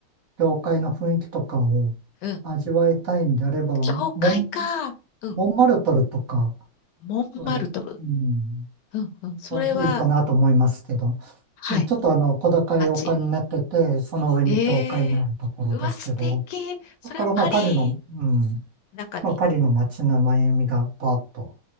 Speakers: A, on the right; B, on the left.
A: 教会の雰囲気とかを味わいたいんであれば、
B: うん、教会か、
A: モン、
B: うん、
A: モンマルトルとか、
B: モンマルトル。
A: 割、うん、
B: うん、うん、それは、
A: はいいかなと思いますけど、
B: はい、
A: うんちょっとあの、小高い丘になってて、
B: 街。
A: その上に教会のあるところですけど、
B: ええうわ、素敵。それはパリ
A: だからまあ、パリの、うん、
B: の中に。
A: まあ、パリの街の繭みがパーッと